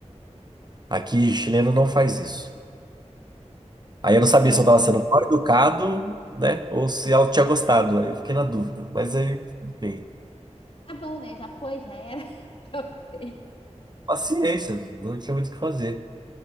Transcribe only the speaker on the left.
É.
Tá bom, né? Já foi, já era, <laughs> já fez.